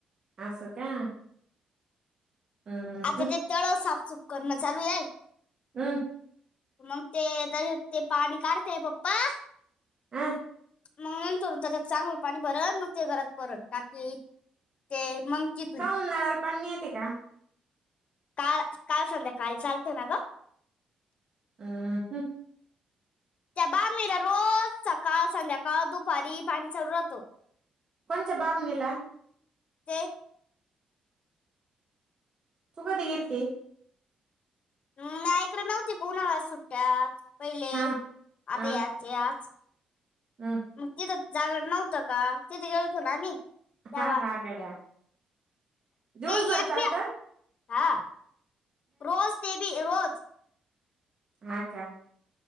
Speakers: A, on the right; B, on the left.
A: आस का- <inaudible> हम्म
B: आता
A: हम्म
B: ते तळ साफ सुफ करणं चालू हाय- <inaudible>
A: हम <inaudible>
B: मग ते तर ते पाणी काढतेय पप्पा, <inaudible>
A: आ- <inaudible>
B: मग नंतर त्याच्यात चांगलं पाणी भरन मग ते घरात भरेल टाकी <inaudible> ते मग की तु
A: काऊन
B: <inaudible>
A: नळाला पाणी नही येते का, <inaudible>
B: काल काल संध्याकाळीच आल थ ना ग <inaudible>
A: <inaudible> अ हम-
B: त्या बामिला रोज सकाळ संध्याकाळ दुपारी पाणी चालू राहत.
A: कोनच्या बामनी ला <inaudible>
B: <inaudible> ते एक <inaudible>
A: तु कधी गेलती.
B: मी आईकडे नव्हती. का उन्हाळयांच्या सुट्ट्यात. पहिले,
A: हा
B: आता
A: हा
B: याच याच
A: हम्म
B: तीथ जागर नव्हतं का तिथे गेलत हो ना आम्ही, तेव्हा
A: हा हा गड्या
B: काही
A: दिवसभर
B: एक
A: चालतात
B: बी हा. रोज तेबी, रोज ह <unintelligible>
A: हा. का.